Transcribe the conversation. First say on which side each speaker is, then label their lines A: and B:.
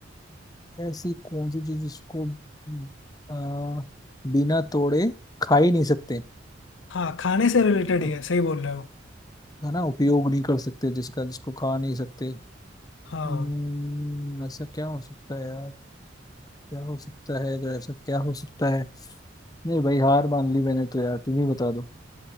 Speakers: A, on the left; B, on the left.
A: ऐसी कौन सी चीज जिसको आ, बिना तोड़े खा ही नहीं सकते
B: हाँ खाने से रिलेटेड
A: उप-
B: ही है सही बोल रहे हो
A: है ना उपयोग नहीं कर सकते जिसका जिसको खा नहीं सकते
B: हाँ
A: हम्म, ऐसा क्या हो सकता है यार क्या हो सकता है जो ऐसा क्या हो सकता है नहीं भाई हार मान ली मैंने तो यार तुम ही बता दो